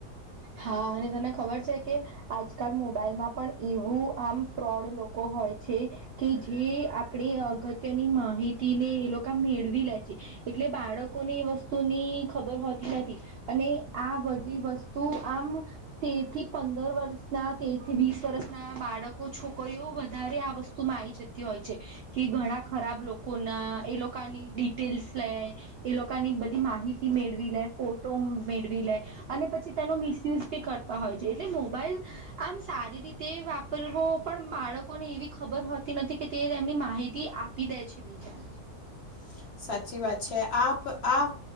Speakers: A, on the right; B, on the left.
A: હા અને તને ખબર છે કે. આજકાલ મોબાઈલમાં પણ એવું આમ ફ્રોડ લોકો હોય છે. કે જે આપડે અગત્યની માહિતી ને એ લોકા મેળવી લે છે. એટલે બાળકોને એ વસ્તુની ખબર હોતી નથી અને આ બધી વસ તું આમ. તેર થી પંદર વર્ષના તેર થી વીસ વર્ષના બાળકો છોકરીઓ વધારે આ વસ તુમાં આવી જતી હોય છે કે ઘણા ખરાબ લોકો ના એ લોકાની ડિટેલ્સ લેય એ લોકાની બધી માહિતી મેળવી લે ફોટો મેળવી લે અને પછી. તેનો મિસયુઝ પણ કરતા હોય છે એટલે મોબાઈલ. આમ સારી રીતે વાપરવો પણ બાળકોને એવી ખબર હોતી નથી કે. તે તેમની માહિતી આપી દેય છે બીજાને.
B: <inaudible> સાચી વાત છે આપ આ